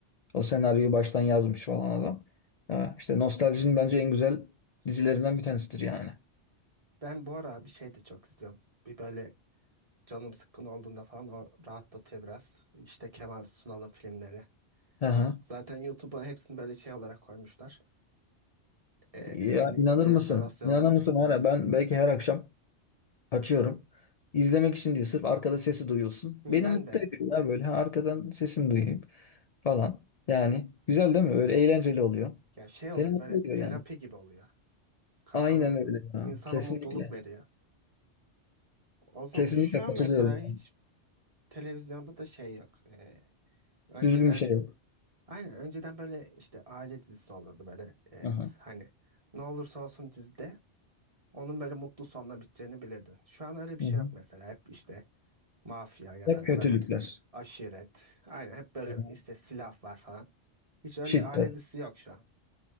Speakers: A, on the left; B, on the right.
A: O senaryoyu baştan yazmış falan adam. Ha, işte nostaljinin bence en güzel dizilerinden bir tanesidir yani.
B: Ben bu ara bir şey de çok izliyorum. Bir böyle canım sıkkın olduğunda falan o rahatlatıyor biraz. İşte Kemal Sunal'ın filmleri.
A: Aha.
B: Zaten YouTube'a hepsini böyle şey olarak koymuşlar. Ee,
A: Ya
B: yeni
A: inanır
B: restorasyonlu.
A: mısın? İnanır mısın? Her, ben belki her akşam açıyorum. İzlemek için değil, sırf arkada sesi duyulsun.
B: Hı,
A: Beni
B: ben
A: mutlu
B: de.
A: ediyor ya böyle. Ha, arkadan sesini duyayım falan. Yani güzel değil mi? Böyle eğlenceli oluyor.
B: Ya şey
A: Seni
B: oluyor
A: mutlu
B: böyle
A: ediyor
B: terapi
A: yani.
B: gibi oluyor. Kafanı
A: Aynen öyle ya.
B: insana
A: Kesinlikle.
B: mutluluk veriyor. O zaman
A: Kesinlikle
B: şu an
A: katılıyorum.
B: mesela hiç Televizyonda da şey yok. E, Önceden
A: Düzgün bir şey yok.
B: aynen önceden böyle işte aile dizisi olurdu böyle e,
A: Aha.
B: hani ne olursa olsun dizide onun böyle mutlu sonla biteceğini bilirdin. Şu an öyle bir
A: Hı
B: şey
A: hı.
B: yok mesela hep işte mafya ya
A: Hep
B: da
A: kötülükler.
B: böyle aşiret aynen hep böyle
A: Aha.
B: işte silah var falan. Hiç öyle
A: Şiddet.
B: aile dizisi yok şu an.